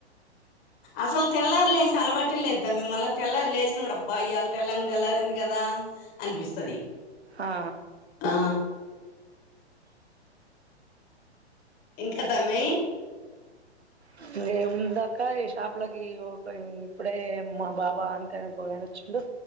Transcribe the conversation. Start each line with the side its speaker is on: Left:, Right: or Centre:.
Left: అసలు తెల్లార్లే అలవాటె లేద్ తమ్మీ మల్లా తెల్లారి లేచిన కూడా అబ్బా ఇయాల తెల్లంగా తెల్లారింది కదా అనిపిస్తది
Right: ఆ
Left: ఆ ఇంకా తమ్మి
Right: ఇంకేముందక్క ఈ షాప్లకి ఇప్పుడే మా బాబా అంటానుకో చ్చిండు